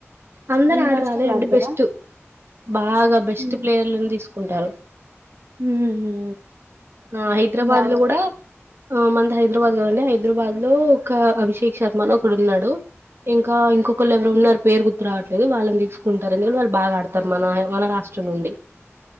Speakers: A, on the right; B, on the right.
A: అందరు
B: అన్ని
A: ఆడరాలే
B: రాష్ట్రాలు
A: అండి
B: ఆడతారా
A: బెస్ట్ బాగా బెస్ట్
B: హ్మ్
A: ప్లేయర్ తీసుకు ఉంటారు
B: ఊహూ
A: ఆ హైదరాబాద్
B: బాగా
A: లో కూడా మంత హైదరాబాద్ కదండి హైద హైదరాబాద్ లో ఒక అభిషేక్ శర్మ అని ఒకడు ఉన్నాడు ఇంకా ఇంకొకళ్ళు ఎవరో ఉన్నారు పేరు గు ర్తు రావట్లేదు వాళ్ళని తీసుకుంటారని వాళ్ బాగా ఆడతారు మన మన రాష్ట్రం నుండి